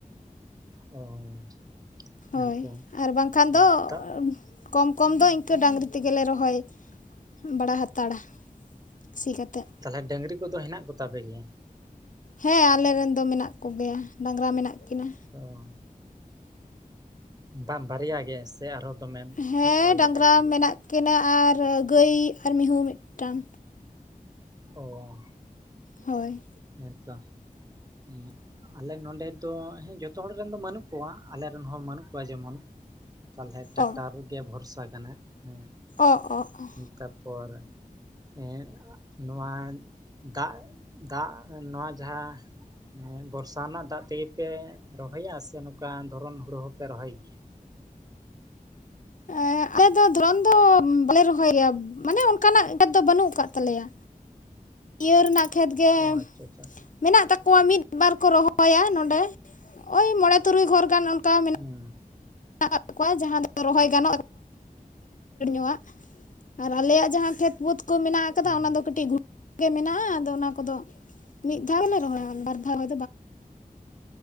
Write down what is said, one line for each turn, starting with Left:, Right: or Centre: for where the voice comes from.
Right: ᱚ᱾
Left: ᱦᱳᱭ
Right: ᱦᱮᱸᱛᱚ
Left: ᱟᱨ ᱵᱟᱝᱠᱷᱟᱱ ᱫᱚ
Right: ᱟᱨ
Left: ᱠᱚᱢ ᱠᱚᱢ ᱫᱚ ᱤᱝᱠᱟᱹ ᱰᱟᱝᱨᱤ ᱛᱮᱜᱮᱞᱮ ᱨᱚᱦᱚᱭ ᱵᱟᱲᱟ ᱦᱟᱛᱟᱲᱟ, ᱥᱤ ᱠᱟᱛᱮᱫ᱾
Right: ᱛᱟᱞᱦᱮ ᱰᱟᱹᱝᱨᱤ ᱠᱚᱫᱚ ᱦᱮᱱᱟᱜ ᱠᱚᱛᱟ ᱯᱮ ᱜᱮᱭᱟ?
Left: ᱦᱮᱸ ᱟᱞᱮ ᱨᱮᱱ ᱫᱚ ᱢᱮᱱᱟᱜ ᱠᱚᱜᱮᱭᱟ, ᱰᱟᱝᱨᱟ ᱢᱮᱱᱟᱜ ᱠᱤᱱᱟ᱾
Right: ᱚ᱾ ᱵᱟᱝ ᱵᱟᱨᱭᱟ ᱜᱮ ᱥᱮ ᱟᱨᱦᱚᱸ ᱫᱚᱢᱮ,
Left: ᱦᱮᱸ
Right: ᱢᱤᱫ ᱯᱟᱞ
Left: ᱰᱟᱝᱨᱟ
Right: ᱞᱮᱠᱟ ᱠᱚ ᱦᱩᱭᱩᱜ-ᱟ?
Left: ᱢᱮᱱᱟᱜ ᱠᱤᱱᱟ ᱟᱨ ᱜᱟᱹᱭ ᱟᱨ ᱢᱤᱦᱩ ᱢᱤᱫᱴᱟᱝ᱾
Right: ᱚ᱾
Left: ᱦᱳᱭ᱾
Right: ᱦᱮᱸ ᱛᱚ, ᱦᱮᱸ᱾ ᱟᱞᱮ ᱱᱚᱰᱮ ᱫᱚ ᱦᱮᱸ ᱡᱚᱛᱚ ᱦᱚᱲ ᱨᱮᱱ ᱫᱚ ᱵᱟᱹᱱᱩᱜ ᱠᱚᱣᱟ ᱟᱞᱮ ᱨᱮᱱ ᱦᱚᱸ ᱢᱟᱹᱱᱩᱜ ᱠᱚᱣᱟ ᱡᱮᱢᱚᱱ, ᱛᱟᱞᱦᱮ ᱴᱟᱠᱴᱟᱨ
Left: ᱚ
Right: ᱜᱮ ᱵᱷᱚᱨᱥᱟ ᱠᱟᱱᱟ, ᱦᱮᱸ᱾
Left: ᱚ ᱚ ᱚ᱾
Right: ᱛᱟᱯᱚᱨ ᱮᱸᱫ ᱱᱚᱣᱟ ᱫᱟᱜ ᱫᱟᱜ ᱮᱸ ᱱᱚᱣᱟ ᱡᱟᱦᱟᱸ ᱦᱮᱸ ᱵᱚᱨᱥᱟ ᱨᱮᱱᱟᱜ ᱫᱟᱜ ᱛᱮ ᱜᱮ ᱯᱮ ᱨᱚᱦᱚᱭᱟ ᱥᱮ ᱱᱚᱝᱠᱟ ᱫᱷᱚᱨᱚᱱ ᱦᱩᱲᱩ ᱦᱚᱸ ᱯᱮ ᱨᱚᱦᱚᱭ ᱜᱮᱭᱟ?
Left: ᱮᱸ ᱟᱞᱮ ᱫᱚ ᱫᱷᱚᱨᱚᱱ ᱫᱚ ᱵᱟᱞᱮ ᱨᱚᱦᱚᱭ ᱜᱮᱭᱟ, ᱢᱟᱱᱮ ᱚᱱᱠᱟᱱᱟᱜ ᱠᱷᱮᱛ ᱫᱚ ᱵᱟᱹᱱᱩᱜ ᱠᱟᱜ ᱛᱟᱞᱮᱭᱟ᱾ ᱤᱭᱟᱹ ᱨᱮᱱᱟᱜ ᱠᱷᱮᱛ ᱜᱮ
Right: ᱚ ᱟᱪᱪᱷᱟ ᱟᱪᱪᱷᱟ
Left: ᱢᱮᱱᱟᱜ ᱛᱟᱠᱚᱣᱟ ᱢᱤᱫ ᱵᱟᱨ ᱠᱚ ᱨᱚᱦᱚᱭᱟ ᱱᱚᱸᱰᱮ, ᱳᱭ ᱢᱚᱬᱮ ᱛᱩᱨᱩᱭ ᱜᱷᱚᱨ ᱜᱟᱱ ᱚᱱᱠᱟ ᱢᱮᱱᱟᱜ
Right: ᱦᱩᱸ᱾
Left: <inaudible> ᱛᱟᱠᱚᱣᱟ ᱡᱟᱦᱟᱸ ᱫᱚ ᱨᱚᱦᱚᱭ ᱜᱟᱱᱚᱜ <inaudible> ᱟᱨ ᱟᱞᱮᱭᱟᱜ ᱡᱟᱦᱟᱸ ᱠᱷᱮᱛ ᱵᱟᱹᱚᱫᱽ ᱠᱚ ᱢᱮᱱᱟᱜ ᱟᱠᱟᱫᱟ
Right: ᱚ
Left: ᱚᱱᱟ ᱫᱚ ᱠᱟᱹᱴᱤᱡ <inaudible> ᱜᱮ ᱢᱮᱱᱟᱜᱼᱟ ᱟᱫᱚ ᱚᱱᱟ ᱠᱚᱫᱚ ᱢᱤᱫ ᱫᱷᱟᱣ ᱜᱮᱞᱮ ᱨᱚᱦᱚᱭᱟ ᱵᱟᱨ ᱫᱷᱟᱣ <inaudible>